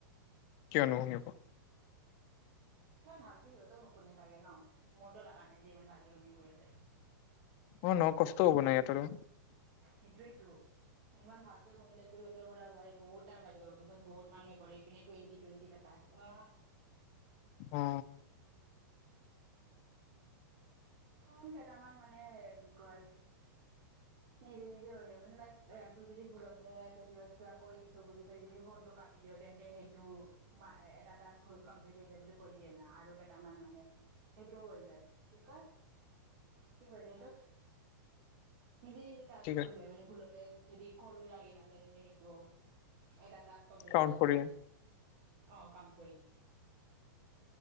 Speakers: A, on the left; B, on the right.
A: কিয় নুশুনিব?
B: ইমান ভালকে সিহঁতেও নুশুনে চাগে ন? মোৰতো লাগা নাই যে ইমান ভালকে শুনিব সিহঁতে।
A: অ ন কষ্ট হ'ব না ইহঁতৰো।
B: সেইটোৱে টো, ইমান ভালকে শুনিলে টো সিঁহতৰ পুৰা ভাই বহুত টাইম লাগি যাব বিকজ বহুত মানুহে কৰে। ইপিনে টুৱেণ্টি টুৱেণ্টি তা টাস্ক। ৱাহ।
A: অঁ।
B: <unintelligible> টামান মানে কি কয় নিজে নিজে হৈ যায়। মানে লাইক, তোৰ যদি ঘুৰতে তই <unintelligible> কৈ দিছ বুলি, তই যদি ফোনটো কাটি দিয় তেন্তে সেইটো মা - এ - এটা টাস্ক হৈ কমপ্লিট হৈ যায় বুলি কৈ দিয়ে না আৰু কেটামান মানে সেইটোও হৈ যায়, কি কয়, কি কয় ৰে সেইটোক? নিজে নিজে টাচ
A: ঠিক
B: হৈ
A: আছে
B: যায় মানে ভুলতে যদি কলো লাগি নাযায় তেন্তে সেই ব এটা কমপ্লিট
A: কাউণ্ট
B: উ দেখাই
A: কৰি
B: দিয়ে অ কাম কৰিলো।